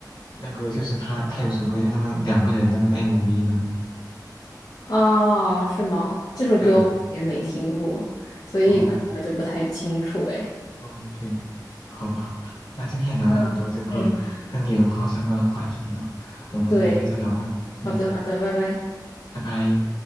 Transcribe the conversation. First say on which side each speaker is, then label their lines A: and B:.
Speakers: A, on the left (about 75°); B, on the left (about 55°).
A: 那个就是他，他有首歌叫那个两个人的那个 MV 呢。
B: 啊，是吗？这首歌我好像也没听过，
A: 对呀、
B: 所以可能我就不太清楚哎。
A: 哦，哦，对，好吧，好吧，那今天也聊了很多这个跟李荣浩相关的话题呢，
B: 嗯嗯，
A: 我们改天再聊吧。
B: 对，
A: 嗯，
B: 好的好的，拜拜。
A: 拜拜。